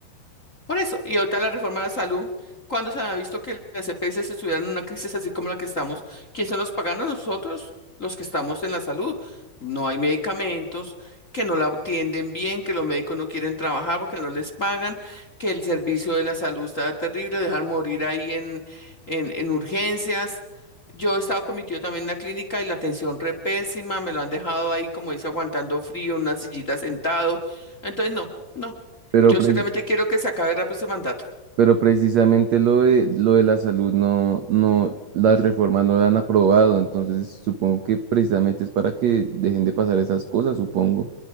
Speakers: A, on the left; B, on the right.
A: Por eso, y ahorita la reforma a la salud, cuando se ha visto que las EPS se estuvieran en una crisis así como la que estamos? ¿Quiénes son los paganos? Nosotros, los que estamos en la salud. No hay medicamentos, que no la atienden bien, que los médicos no quieren trabajar porque no les pagan, que el servicio de la salud está terrible, dejar morir ahí en, en, en urgencias. Yo he estado con mi tío también en la clínica y la atención re pésima, me lo han dejado ahí, como dice, aguantando frío, en una sillita sentado. Entonces, no. No,
B: Pero,
A: yo
B: pre-
A: ciertamente quiero que se acabe rápido este mandato.
B: pero precisamente lo de, lo de la salud no, no, las reformas no la han aprobado, entonces supongo que precisamente es para que dejen de pasar esas cosas, supongo.